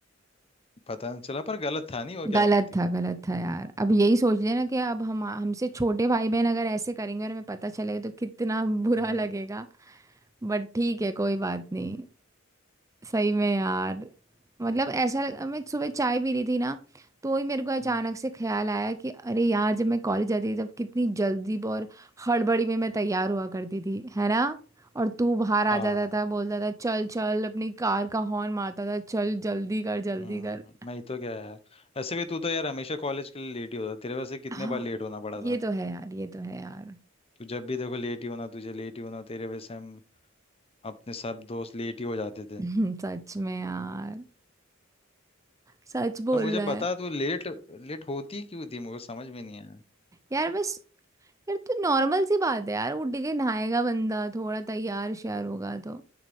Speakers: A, on the left; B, on the right.
A: पता नहीं चला पर गलत था नहीं वो क्या
B: गलत
A: बोलती है
B: था गलत था यार अब यही सोच लेना कि अब हम हमसे छोटे भाई बहन अगर ऐसे करेंगे और हमें पता चलेगा तो कितना बुरा
A: हम्म,
B: लगेगा बट ठीक है कोई बात नहीं सही में यार मतलब ऐसा लग- मैं सुबह चाय पी रही थी ना तो ही मेरे को अचानक
A: हम्म,
B: से ख्याल आया कि अरे यार जब मैं कॉलेज जाती थी तब कितनी जल्दी और हड़बड़ी में मैं तैयार हुआ करती थी है ना और तू बाहर आ
A: हाँ
B: जाता था बोलता था चल चल अपनी कार का हॉर्न मारता था चल जल्दी कर जल्दी
A: हम्म,
B: कर
A: नहीं तो क्या यार ऐसे भी तू तो यार हमेशा कॉलेज के लिए लेट ही होता तेरे वजह से कितने
B: हाँ
A: बार लेट होना पड़ा
B: ये
A: था
B: तो है यार ये तो है यार
A: तू जब भी देखो लेट ही होना तुझे लेट ही होना तेरे वजह से हम अपने सब दोस्त लेट ही हो जाते थे
B: <laughs> सच में यार सच बोल
A: तो मुझे
B: रहा है
A: बता तू लेट लेट होती क्यों थी मुझे समझ में नहीं आया
B: यार बस यार तो नॉर्मल सी बात है यार उठ के नहाएगा बंदा थोड़ा तैयार श्यार होगा तो